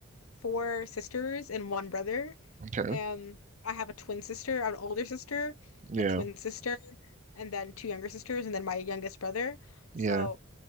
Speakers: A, on the left; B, on the right.
A: four sisters and one brother.
B: Okay.
A: Um, I have a twin sister, I have an older sister,
B: Yeah.
A: a twin sister, and then two younger sisters, and then my youngest brother.
B: Yeah.
A: So